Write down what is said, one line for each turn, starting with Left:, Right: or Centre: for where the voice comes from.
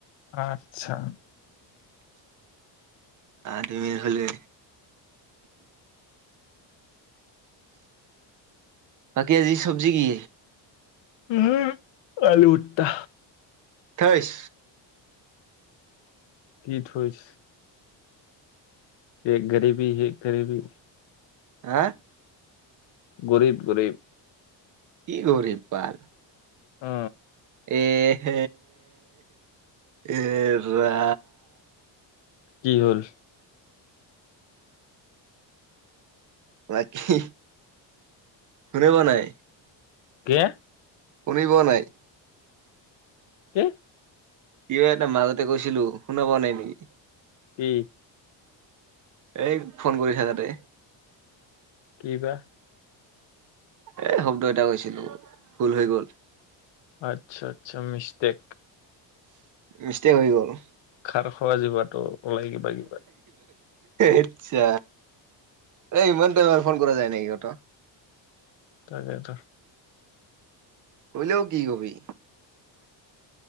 Left: আচ্ছা
Right: দুমিল হলে কাকি আজি চব্জি কি?
Left: উম আলু উঠটা
Right: থৈছ
Left: কি থৈছ এ গৰিবী হ গৰিবী
Right: হা
Left: গৰীব গৰীব
Right: কি গৰীব বাল
Left: অ
Right: এ হ এ ৰা
Left: কি হল
Right: বাকী শুনে ব নাই
Left: কে
Right: শুনি পোৱা নাই
Left: কি
Right: কিয় এটা মাজতে কৈছিলো শুনা পোৱা নাই নেকি
Left: কি
Right: এই ফোন কৰিছা তাতে
Left: কি বা
Right: এ শব্দ এটা কৈছিলো ভুল হৈ গল
Left: আচ্ছা আচ্ছা মিষ্টেক
Right: মিষ্টেক হৈ গ'ল
Left: খাৰ খোৱা জিভাটো ওলাই কিবা কিবা
Right: আচ্ছা, এই ইমান টাইমত ফোন কৰা যায় নাই কত
Left: তাকেতো
Right: কয়িলেও কি কবি